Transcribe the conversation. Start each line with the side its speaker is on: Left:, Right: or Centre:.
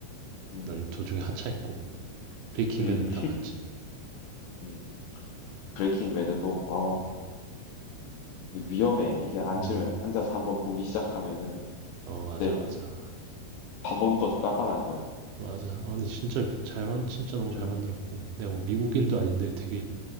Left: 음.
Right: 난 도중에 하차했고 브레이킹
Left: 음.
Right: 배드 다 봤지
Left: 음. 브레이킹 배드도 어우,
Right: 음,
Left: 위험해. 이게 앉으면
Right: 음.
Left: 앉아서 한번 보기 시작하면은
Right: 어, 맞아,
Left: 이제
Right: 맞아.
Left: 밥 먹는 것도 깜빡하는 거야.
Right: 맞아. 아, 근데 진짜 잘 만,
Left: 음.
Right: 진짜 너무 잘
Left: 음.
Right: 만들었고. 내가 뭐 미국인도 아닌데 되게